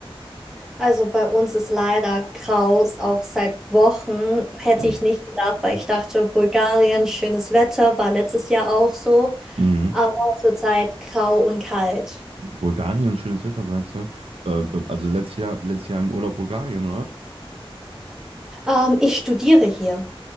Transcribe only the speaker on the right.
Mhm.
Mhm.
Bulgarien, schönes Wetter, sagst du? Äh, äh, also letztes Jahr, letztes Jahr im Urlaub Bulgarien, oder was?